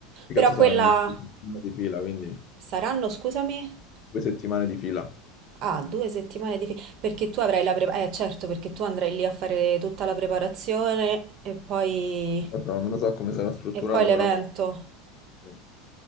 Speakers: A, on the left; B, on the right.
A: Che
B: Però
A: cazzo
B: quella
A: saranno due settimane di fila, quindi
B: saranno, scusami.
A: due settimane di fila.
B: Ah, due settimane di... fi- Perché tu avrai la preparazione... Eh, certo, perché tu andrai lì a fare tutta la preparazione e poi...
A: Non lo so, non lo so come sarà strutturato,
B: e poi l'evento.
A: però sì.